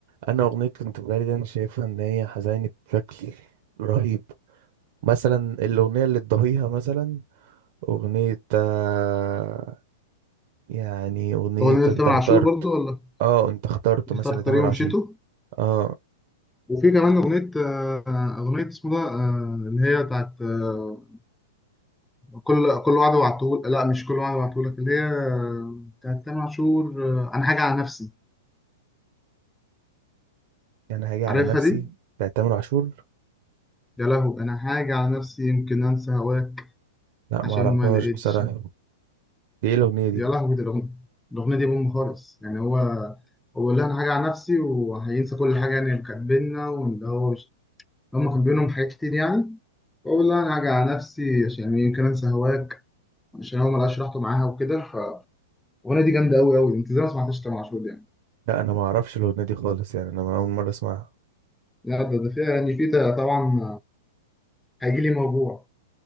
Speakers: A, on the right; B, in the centre.
A: انا اغنيه كنت في بالي دي انا شايفها ان هي حزينه بشكل رهيب مثلا الاغنيه اللي تضاهيها مثلا اغنيه آه، يعني اغنيه
B: اغنيه لتامر
A: انت اخترت
B: عاشور برضو ولا
A: اه انت اخترت مثلا
B: أنت اخترت
A: لتامر
B: طريق ومشيته
A: عاشور اه
B: وفي كمان اغنيه آه، اغنيه اسمه ده آه، اللي هي بتاعت آه، كل كل وعد وعدتهولك لا مش كل وعد وعدتهولك اللي هي آه، بتاعت تامر عاشور آه، انا حاجه على نفسي
A: يعني هاجي على
B: عارفها
A: نفسي
B: دي
A: بتاعت تامر عاشور
B: يا لهو انا حاجه على نفسي يمكن انسى هواك
A: لا
B: عشان
A: ما اعرفهاش
B: ما لقيتش
A: بصراحه دي ايه الاغنيه دي
B: يا لهو دي الاغنيه الاغنيه دي بوم خالص يعني هو هو اللي انا حاجه على نفسي وهينسى كل حاجه يعني اللي كانت بينا وان هو مش هما كان بينهم حاجات كتير يعني بقول لها انا هاجي على نفسي عشان يمكن انسى هواك عشان هو ملقاش راحته معاها وكده فالاغنيه دي جامده قوي قوي انت ازاي ما سمعتش تامر عاشور دي يعني
A: لا انا ما اعرفش الاغنيه دي خالص يعني انا اول مره اسمعها
B: لا ده, ده فيها يعني في طبعا هيجي لي موجوع